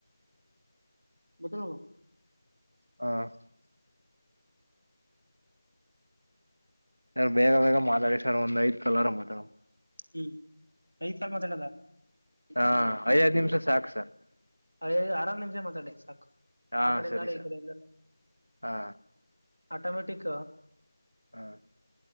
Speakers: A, on the right; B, on the right.
A: ಬದ ನವ <unintelligible>
B: ಹಾ <unintelligible> ಸರ್ ಬೇಗ ಬೇಗ ಮಾತಾಡ ಸರ್ ಒಂದ ಐದ್ ಕಲರ್ ಮಾತಾಡ
A: ಹ್ಮ್ ಐದ್ ಕಾಲ್ ಮಾತಾಡದ
B: ಹಾ ಐದ್ ನಿಮಿಷ ಸಾಕು ಸರ್ <unintelligible>
A: ಅದದು ಆರಾಮ ನಿಮಿಷ ಮಾತಾಡಿ ಸಾಕು <unintelligible>
B: ಹಾ
A: ಆ ಕಡೆ ಅಂದಾರ
B: ಸರಿ
A: ಈ
B: ಸರ್
A: ಕಡೆ ಅಂದ
B: ಹಾ
A: ಆಟೋಮೆಟಿಕ
B: ಹ್ಮ <unintelligible>